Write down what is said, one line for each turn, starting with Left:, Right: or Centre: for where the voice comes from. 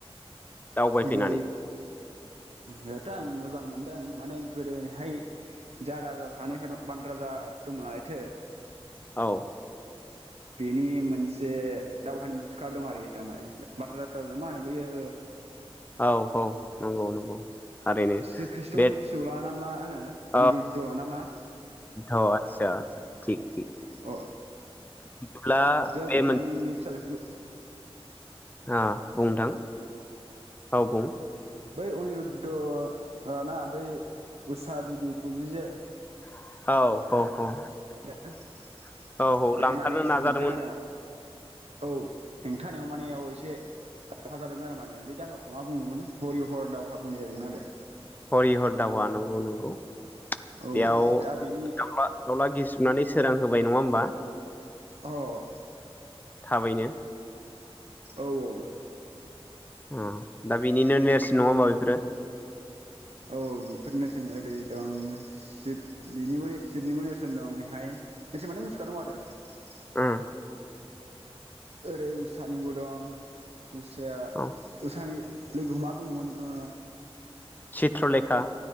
Left: दावबायफैनानै
Right: बै हो था आं मोजां मोनदों माने गोदोहाय जा राजा सानै स बान राजा दं नालायथो।
Left: औ।
Right: बेनि मोनसे दावहानि मुसुखा दं आरो थारमाने बार राजाजों, मा होनो बैयो?
Left: औ औ नंगौ नंगौ थारैनो
Right: श्री कृष्णनि
Left: बे
Right: फिसौला ना मा होनो अनिरुद्ध
Left: औ
Right: ना मा
Left: औ आचसा आ। थिग थिग।
Right: अ
Left: बिदिब्ला
Right: दे
Left: बे
Right: बिथांनि फिसाजो बो
Left: अ। बुंदां। औ बुं।
Right: बै अनिरुद्ध ना बै उषा देबिखौ जि जे।
Left: औ औ औ।
Right: <unintelligible>
Left: औ औ
Right: बे
Left: लांखारनो
Right: माने एसे
Left: नाजादोंमोन
Right: हेंथा होनायाव औ हेंथा। नेव मानेयाव एसे दावहा जादोंमोन आरो माने बे दावाखौ मा बुङोमोन? हरि हर दाावहा बुनाय जादोंमोन आरो।
Left: हरि हर दावा नंगौ नंगौ। बेयाव
Right: औ दा बेनि
Left: दला दाउला गिसिरनानै। सोरां होबाय नङा होमबा?
Right: अ अ अ।
Left: थाबैनो
Right: औ औ।
Left: ओम दा बेनिनो नेरसिन नङा होनोमबा बेफोरो?
Right: औ बेफोर नेरसोन ओरै दं श बिनि म शिबनिबो नेरसोन दं बेहाय नेरसोन माथे मुसुखा दं आरो ।
Left: ओ
Right: ओरै उसानिबो दं । मुस्या
Left: औ
Right: उसानि लोगोखौ मा बुङोमोन ओ?
Left: चित्रलेखा